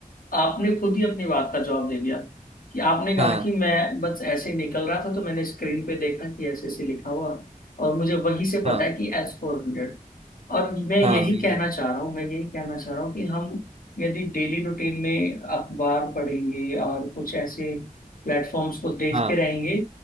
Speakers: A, on the left; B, on the right.
A: आपने खुद ही अपनी बात का जवाब दे दिया कि आपने कहा
B: हाँ
A: कि मैं बस ऐसे ही निकल रहा था तो मैंने स्क्रीन पे देखा कि ऐसे ऐसे लिखा हुआ और मुझे वहीं से पता
B: हाँ
A: है कि एस फोर हंड्रेड और मैं यही
B: हाँ बिल्कुल
A: कहना चाह रहा हूँ मैं यही कहना चाह रहा हूँ कि हम यदि डेली रूटीन में अखबार पढ़ेंगे और कुछ ऐसे प्लेटफॉर्म्स को देखते
B: हाँ
A: रहेंगे